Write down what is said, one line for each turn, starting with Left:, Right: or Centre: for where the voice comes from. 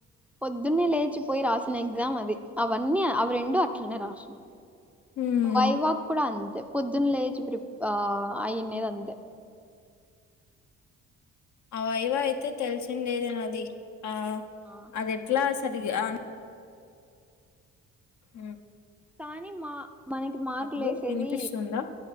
Centre: పొద్దున్నే లేచిపోయి రాసిన ఎగ్జామ్ అది అవన్నీ అవి రెండు అట్లనే రాసినం
Left: మ్మ్
Centre: వైవాక్ కూడా అంతే పొద్దున్న లేచి ప్రి ఆ అయినేది అంతే
Left: అవైవ అయితే తెలిసిందేది నాది ఆ
Centre: ఆ
Left: అది ఎట్లా సరిగా ఆ హ
Centre: కానీ మా మనకి మార్కులు
Left: హలో
Centre: వేసేది
Left: వినిపిస్తుందా